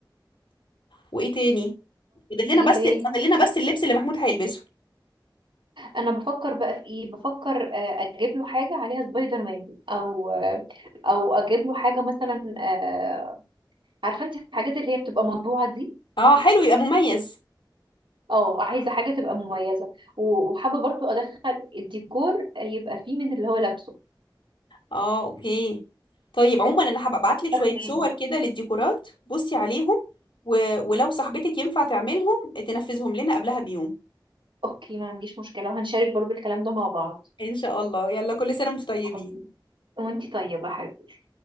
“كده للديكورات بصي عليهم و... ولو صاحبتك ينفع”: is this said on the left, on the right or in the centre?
Left